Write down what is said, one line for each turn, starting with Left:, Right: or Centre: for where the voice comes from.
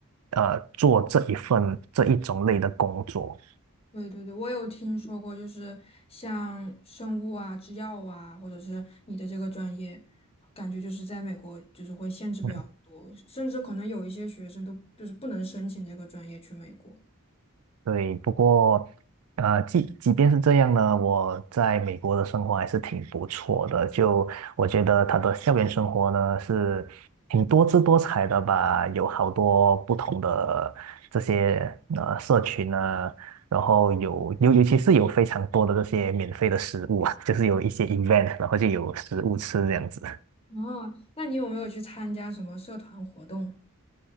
Right: 呃做这一份这一种类的工作。
Left: 对对对，我有听说过，就是像生物啊、制药啊，或者是你的这个专业，感觉就是在美国就是会限制比较多，
Right: 嗯。
Left: 甚至可能有一些学生都就是不能申请这个专业去美国。
Right: 对，不过，呃，即即便是这样呢，我在美国的生活还是挺不错的。就我觉得他的校园生活呢是挺多姿多彩的吧，有好多不同的这些呃社群啊，然后有尤尤其是有非常多的这些免费的食物啊，<laughs> 就是有一些 event，然后就有食物吃这样子。
Left: 哦，那你有没有去参加什么社团活动？